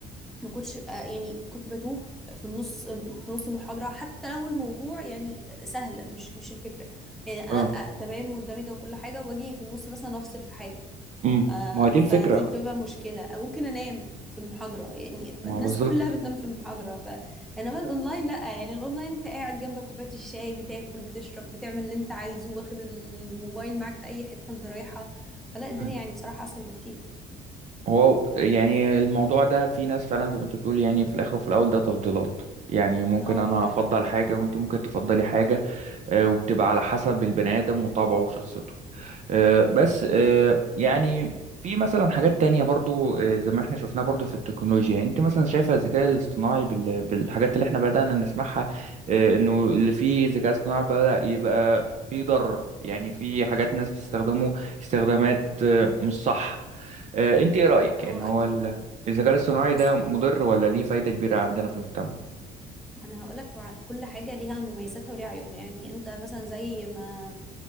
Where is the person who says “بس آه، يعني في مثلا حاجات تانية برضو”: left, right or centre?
Right